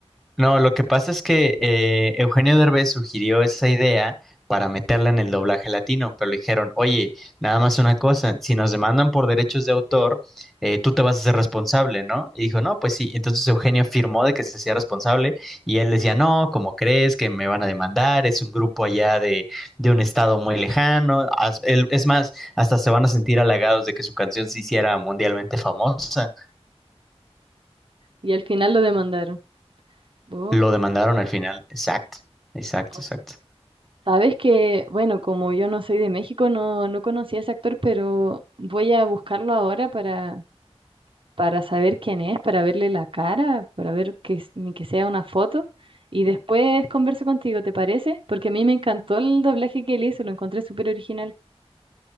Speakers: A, in the centre; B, on the right.
A: No, lo que pasa es que eh, Eugenio Derbez sugirió esa idea para meterla en el doblaje latino, pero le dijeron, oye, nada más una cosa, si nos demandan por derechos de autor, eh, tú te vas a ser responsable, ¿no? Y dijo, no, pues sí. Entonces Eugenio firmó de que se hacía responsable y él decía, no, ¿cómo crees que me van a demandar? Es un grupo allá de, de un estado muy lejano. As- él- Es más, hasta se van a sentir halagados de que su canción se hiciera mundialmente famosa.
B: Y al final lo demandaron. Oh.
A: Lo demandaron al final. Exacto, exacto,
B: O-
A: exacto.
B: Sabes que, bueno, como yo no soy de México, no, no conocía a ese actor, pero voy a buscarlo ahora para, para saber quién es, para verle la cara, para ver que, s- ni que sea una foto. Y después converso contigo, ¿te parece? Porque a mí me encantó el doblaje que él hizo, lo encontré súper original.